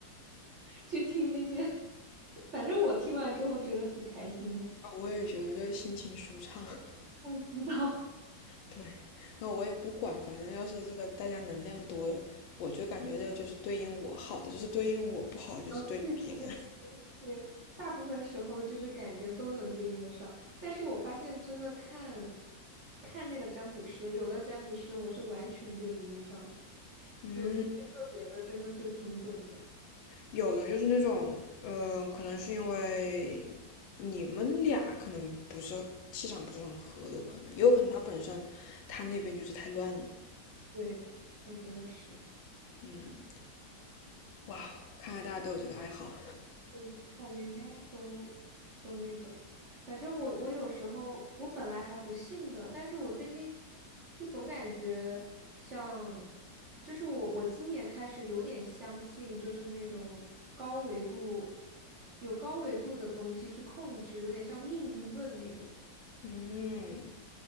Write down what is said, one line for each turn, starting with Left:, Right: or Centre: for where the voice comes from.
Right: 去听那些，反正我听完之后觉得挺开心的。
Left: 啊我也觉得就是心情舒畅，<laughs>
Right: 像鸡汤，<laughs>
Left: 对，然后我也不管，反正要是这个大家能量多，我就感觉这个就是对应我好的，就是对应我不好，就是对别的。
Right: 嗯，对对对对，大部分时候就是感觉都能对应得上，但是我发现真的看，看那个占卜师，有的占卜师我是完全对应不上的
Left: 嗯，
Right: 有一些个别的真的就挺准的。
Left: 有的就是那种，嗯，可能是因为你们俩可能不是气场不是很合，有可能，也有可能他本身他那边就是太乱了。
Right: 对，我觉得是，
Left: 嗯，哇，看来大家都有这个爱好。
Right: 嗯，感觉应该都。个。反正我我有时候我本来还不信的，但是我最近就总感觉像，就是我我今年开始有点相信，就是那种高维度有高维度的东西去控制，有点像命运论那种。
Left: 嗯，